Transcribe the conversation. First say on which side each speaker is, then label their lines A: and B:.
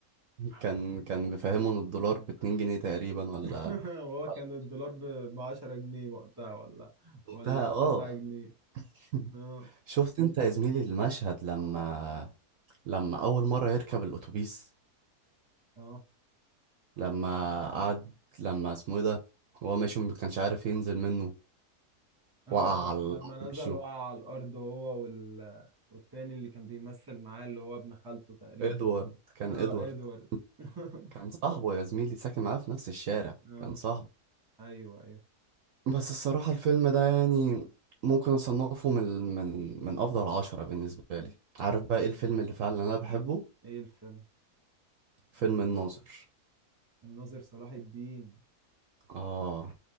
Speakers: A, on the right; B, on the right.
A: كان كان بيفهمه ان الدولار باتنين جنيه تقريبا ولا
B: <laughs> وهو
A: ولا
B: كان الدولار ب 10 جنيه وقتها ولا
A: وقتها
B: ولا
A: اه
B: 9 جنيه
A: <laughs>
B: اه
A: شفت انت يا زميلي المشهد لما لما اول مره يركب الاتوبيس
B: اه
A: لما قعد لما اسمه ايه ده هو ماشي ما كانش عارف ينزل منه
B: اه
A: وقع
B: لا
A: على على
B: لما نزل
A: وشه
B: وقع على الأرض هو وال... والتاني اللي كان بيمثل معاه اللي هو ابن خالته تقريبا
A: ادوارد كان
B: اه
A: ادوارد
B: ادوارد <laughs>
A: كان صاحبه يا زميلي ساكن معاه في نفس الشارع
B: اه
A: كان صاحبه
B: ايوه ايوه
A: بس الصراحة الفيلم ده يعني ممكن أصنفه من من من أفضل عشرة بالنسبة لي عارف بقى إيه الفيلم اللي فعلا أنا بحبه
B: ايه ال- ايه الفيلم
A: فيلم الناظر
B: الناظر صلاح الدين
A: آه